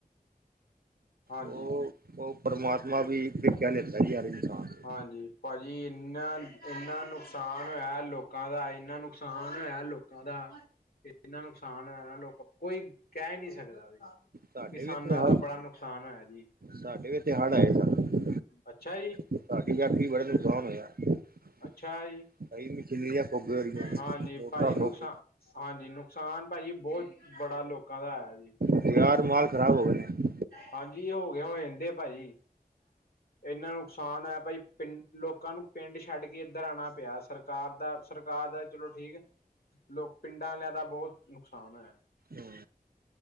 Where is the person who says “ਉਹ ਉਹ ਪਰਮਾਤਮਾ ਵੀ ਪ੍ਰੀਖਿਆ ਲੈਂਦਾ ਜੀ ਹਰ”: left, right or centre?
Right